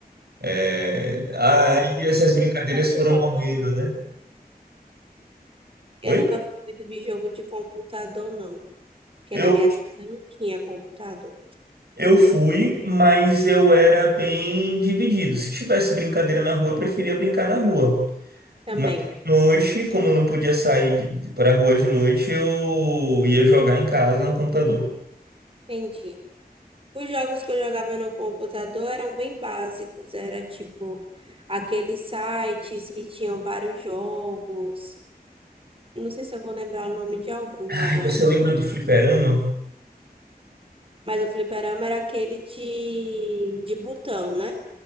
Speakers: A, on the right; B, on the right.
A: É... Aí
B: Eu muito
A: essas
B: jogo
A: brincadeiras
B: de computador,
A: foram morrendo,
B: não.
A: né? Oi?
B: Eu nunca fui muito de jogo de computador, não. Porque
A: Eu,
B: na minha casa não tinha computador.
A: eu fui, mas eu era bem dividido. Se tivesse brincadeira na rua, eu preferia brincar na rua.
B: Também.
A: Mas de noite, como eu não podia sair para rua de noite, eu ia jogar em casa no computador.
B: Entendi. Os jogos que eu jogava no computador eram bem básicos, era tipo aqueles sites que tinham vários jogos. Não sei se eu vou lembrar o nome de algum
A: Ai,
B: agora,
A: você lembra do Fliperama?
B: mas o fliperama era aquele de, de botão, né?